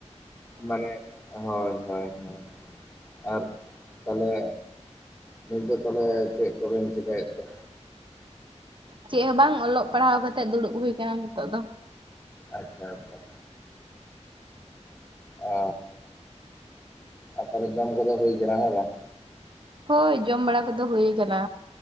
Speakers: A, on the left (about 25°); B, on the right (about 45°).
A: ᱢᱟᱱᱮ ᱦᱚᱭ ᱦᱚᱭ ᱦᱚᱭᱼᱼ ᱟᱨ ᱛᱟᱦᱞᱮ ᱱᱤᱛ ᱫᱚ ᱛᱟᱦᱞᱮ ᱪᱮᱫ ᱠᱚᱵᱮᱱ ᱪᱤᱠᱟᱹᱭᱮᱫ ᱛᱮ?
B: ᱪᱮᱫ ᱦᱚᱸ ᱵᱟᱝ ᱚᱞᱚᱜ ᱯᱟᱲᱦᱟᱣ ᱠᱟᱛᱮᱜ ᱫᱩᱲᱩᱵ ᱦᱩᱭ ᱠᱟᱱᱟ ᱱᱤᱛᱚᱜ ᱫᱚ ᱾
A: ᱟᱪᱪᱷᱟ ᱟᱪᱪᱷᱟ ᱚ ᱟᱨ ᱛᱟᱦᱞᱮ ᱡᱚᱢ ᱠᱚᱫᱚ ᱦᱩᱭ ᱠᱟᱱᱟ ᱦᱮᱸ ᱵᱟᱝ?
B: ᱦᱳᱭ ᱡᱚᱢ ᱵᱟᱲᱟ ᱠᱚᱫᱚ ᱦᱩᱭ ᱠᱟᱱᱟ,